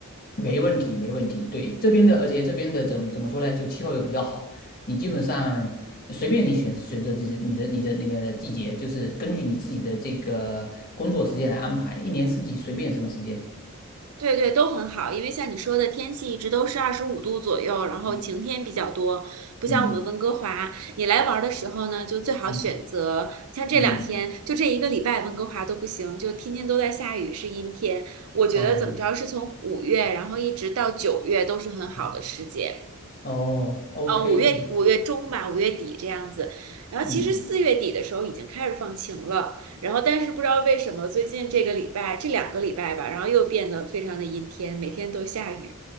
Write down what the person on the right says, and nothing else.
对对，都很好，因为像你说的，天气一直都是二十五度左右，然后晴天比较多，
不像我们温哥华。
你来玩儿的时候呢，就最好选择像这两天，
就这一个礼拜，温哥华都不行，就天天都在下雨，是阴天。我觉得怎么着，
是从五月，然后一直到九月都是很好的时节。
呃，五月五月中吧，五月底这样子。然后其实四月底的时候已经开始放晴了，
然后但是不知道为什么最近这个礼拜这两个礼拜吧，然后又变得非常的阴天，每天都下雨。